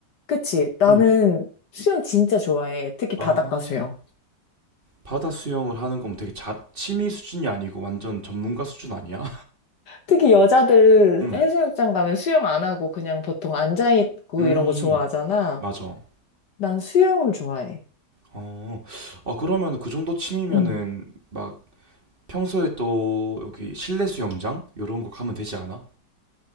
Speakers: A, on the left; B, on the right.
A: 그치? 나는
B: 음,
A: 수영 진짜 좋아해. 특히
B: 아,
A: 바닷가 수영.
B: 바다 수영을 하는 거면 되게 잘, 취미 수준이 아니고 완전 전문가 수준 아니야?
A: 특히 여자들
B: <laughs> 음,
A: 해수욕장 가면 수영 안 하고 그냥 보통 앉아있고
B: 음,
A: 이런 거 좋아하잖아.
B: 맞아.
A: 난 수영을 좋아해.
B: 어, 아, 그러면 그 정도 취미면은
A: 응.
B: 막 평소에 또 여기 실내 수영장? 요런 거 가면 되지 않아?